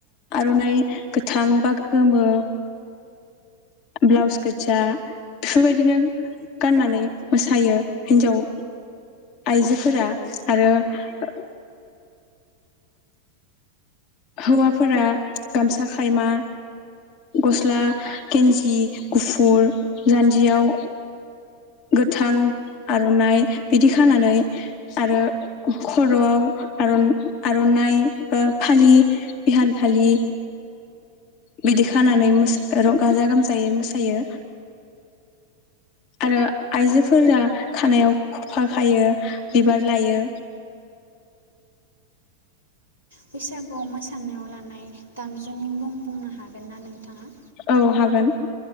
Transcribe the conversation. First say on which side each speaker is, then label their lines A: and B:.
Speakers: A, on the left; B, on the left.
A: आर'नाइ गोथां बा गोमो ब्लाउस गोदजा बेफोरबायदिनो गाननानै मोसायो हिन्जाव आइजोफोरा आरो ओ हौवाफोरा गामसा खायमा गस्ला गेन्जि गुफुर जान्जियाव गोथां आर'नाइ बिदि खानानै आरो खर'आव आरन आर'नाइ बा फालि बिहान फालि बिदि खानानै मोस र गाजा गोमजायै मोसायो। आरो आइजोफोरा खानायाव खफा खायो बिबार लायो।
B: बैसागुआव मोसानायाव लानाय दामजुनि मुं बुंनो हागोनना नोंथाङा?
A: औ हागोन